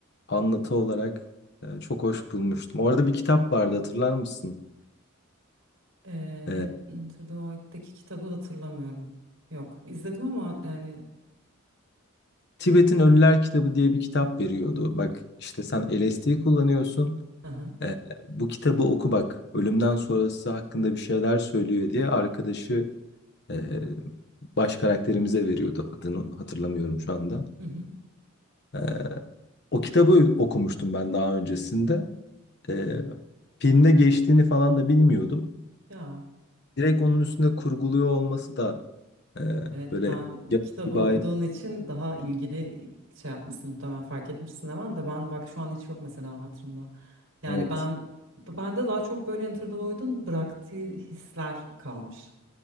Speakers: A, on the left (about 55°); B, on the right (about 75°).
A: anlatı olarak e, çok hoş bulmuştum. Orada bir kitap vardı hatırlar mısın?
B: Ee,
A: E,
B: En- Enter the Void'deki kitabı hatırlamıyorum. Yok izledim ama yani.
A: Tibet'in Ölüler kitabı diye bir kitap veriyordu. Bak işte sen LSD kullanıyorsun.
B: Aha.
A: E, bu kitabı oku bak. Ölümden sonrası hakkında bir şeyler söylüyor diye arkadaşı e, baş karakterimize veriyordu. Adını hatırlamıyorum şu anda.
B: Hı hı.
A: E, o kitabı okumuştum ben daha öncesinde. E, filmde geçtiğini falan da bilmiyordum.
B: Ya.
A: Direkt onun üstünde kurguluyor olması da e,
B: Evet,
A: böyle
B: sen
A: yapıcı
B: kitabı okuduğun
A: bir ait.
B: için daha ilgili şey yapmışsın muhtemelen fark etmişsin hemen de ben bak şu an hiç yok mesela hatırımda. Yani
A: Evet.
B: ben bende daha çok böyle Enter the Void'un bıraktığı hisler kalmış.